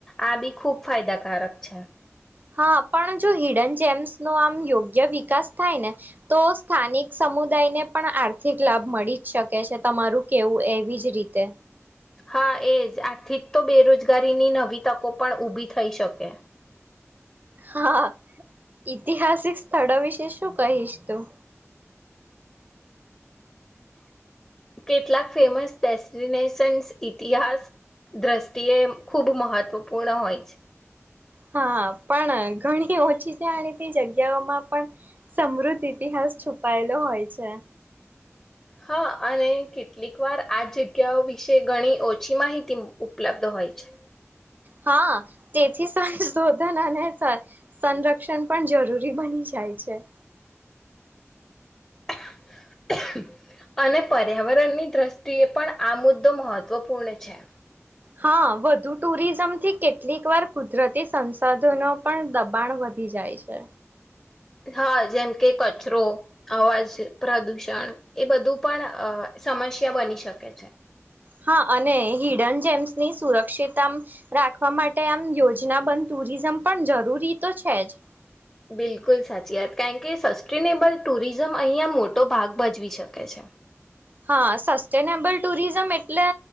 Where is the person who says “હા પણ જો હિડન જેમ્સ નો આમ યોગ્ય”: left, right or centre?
Right